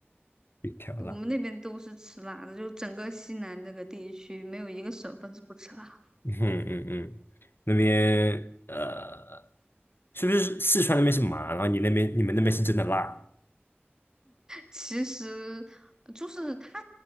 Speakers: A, on the left; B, on the right.
A: 一条啦，
B: 我们那边都是吃辣的，就整个西南这个地区没有一个省份是不吃辣。
A: 嗯嗯嗯，那边呃，是不是四川那边是麻，然后你那边你们那边是真的辣？
B: 其实就是它